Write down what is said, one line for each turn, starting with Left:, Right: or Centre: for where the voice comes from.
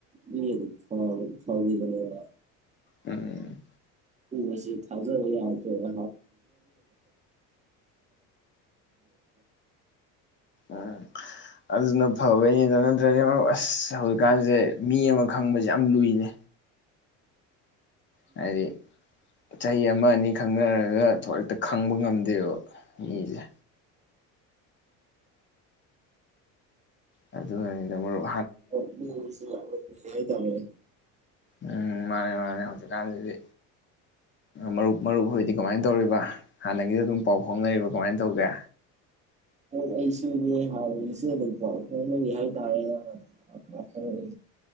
Right: ꯃꯤ ꯑꯗꯨꯝ ꯐꯒꯤ ꯐꯒꯤꯕꯅꯦꯗ
Left: ꯎꯝ
Right: ꯎꯁ ꯊꯥꯖ ꯌꯥ ꯕ
Left: ꯎꯝ ꯑꯗꯨꯅ ꯐꯕꯩꯅꯤꯗ ꯅꯠꯇ꯭ꯔꯗꯤ ꯃꯔ ꯑꯁ ꯍꯧꯖꯤꯛꯀꯥꯟꯁꯦ ꯃꯤ ꯑꯃ ꯈꯪꯕꯁꯦ ꯌꯥꯝ ꯂꯨꯏꯅꯦ ꯍꯥꯏꯗꯤ ꯆꯍꯤ ꯑꯃ ꯑꯅꯤ ꯈꯪꯅꯔꯒ ꯊ ꯍꯦꯛꯇ ꯈꯪꯕ ꯉꯝꯗꯦꯕ ꯃꯤꯁꯦ ꯑ ꯅ
Right: <unintelligible> ꯌꯥ ꯇꯃꯦ
Left: ꯎꯝ ꯃꯥꯅꯦ ꯃꯥꯅꯦ ꯍꯧꯖꯤꯛꯀꯥꯟꯁꯤꯗꯤ ꯃꯔꯨꯞ ꯃꯔꯨꯞꯈꯨꯗꯤ ꯀꯃꯥꯏꯅ ꯇꯧꯔꯤꯕ ꯍꯥꯟꯅꯒꯤꯗ ꯑꯗꯨꯝ ꯄꯥꯎ ꯐꯥꯎꯅꯔꯤꯕ ꯀꯃꯥꯏꯅ ꯇꯧꯒꯦ
Right: ꯍꯣꯏ ꯑꯩꯁꯨꯅꯦ ꯍꯥꯎꯁꯨ ꯑꯗꯨꯝ ꯄꯥꯎ ꯐꯥꯎꯅꯔꯤ ꯍꯥꯏꯇꯥꯔꯦ ꯑꯣ